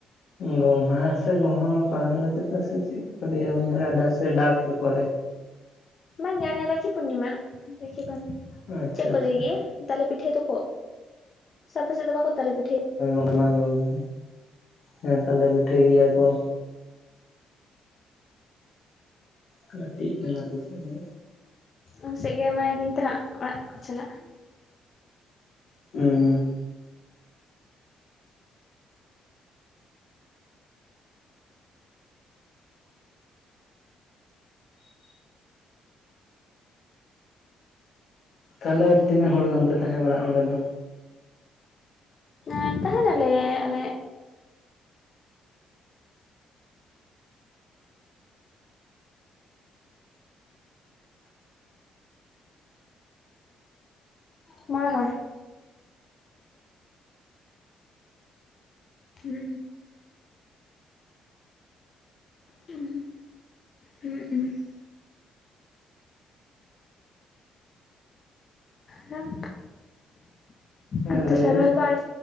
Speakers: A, on the left; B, on the left.
A: ᱜᱚᱢᱦᱟ ᱥᱮ ᱜᱚᱢᱦᱟ ᱢᱟ ᱯᱟᱨᱚᱢᱮᱱᱟ ᱪᱮᱫᱟᱜ ᱥᱮ ᱪᱮᱫ ᱠᱚ ᱞᱟᱹᱭᱟ ᱵᱟᱹᱧ ᱵᱟᱲᱟᱭᱟ ᱰᱟᱠ ᱥᱮ ᱰᱟᱠ ᱦᱤᱞᱳ ᱯᱚᱨᱮ᱾
B: ᱵᱟᱝ ᱜᱮ ᱦᱟᱱᱮ ᱨᱟᱠᱷᱤ ᱯᱩᱨᱱᱤᱢᱟ ᱨᱟᱠᱷᱤ ᱵᱚᱱ
A: ᱟᱪᱪᱷᱟ
B: ᱪᱮᱫ ᱠᱚ
A: ᱟᱪᱪᱷᱟ
B: ᱞᱟᱹᱭ ᱜᱮᱭᱟ? ᱛᱟᱞᱮ ᱯᱤᱴᱟᱹᱭ ᱫᱚᱠᱚ ᱥᱮ ᱟᱯᱮ ᱥᱮᱫᱽ ᱵᱟ ᱠᱚ ᱛᱟᱞᱮ ᱯᱤᱴᱟᱹᱭ-ᱟ ᱼᱼ
A: ᱵᱟᱝ ᱜᱮ ᱵᱟᱱᱩ ᱦᱮᱸ ᱛᱟᱞᱮ ᱯᱤᱴᱷᱟᱹᱭ ᱜᱮᱭᱟ ᱠᱚ᱾ ᱠᱟᱹᱴᱤᱡᱽ ᱪᱟᱞᱟ ᱫᱚ ᱥᱮ ᱦᱩᱸ᱾
B: ᱩᱱ ᱥᱮᱫ ᱜᱮ ᱢᱚᱱᱮᱭ ᱫᱟᱹᱧ ᱛᱮ ᱦᱟᱸᱜ ᱚᱲᱟᱜ ᱠᱚ ᱪᱟᱞᱟᱜ
A: ᱦᱩᱸ᱾ ᱛᱟᱦᱞᱮ ᱛᱤᱱᱟᱹᱜ ᱦᱚᱲ ᱜᱟᱱ ᱯᱮ ᱛᱟᱦᱮᱸ ᱵᱟᱲᱟᱜᱼᱟ ᱚᱸᱰᱮ ᱫᱚ?
B: ᱦᱮᱸ ᱛᱟᱦᱮ ᱱᱟᱞᱮ ᱟᱞᱮᱼᱼ ᱩᱸᱜ ᱢᱚᱲᱮ ᱦᱚᱲ᱾ ᱦᱩᱸ <unintelligible> ᱩᱸ ᱦᱩᱸ ᱩᱸ᱾ ᱦᱮᱞᱳ᱾
A: ᱦᱮᱸ
B: ᱟᱪᱪᱷᱟ
A: ᱞᱟᱹᱭ
B: ᱥᱮᱨᱣᱟ
A: ᱵᱤᱱ
B: <inaudible> ᱨᱚᱦ ᱠᱚ ᱟᱣᱨᱤ,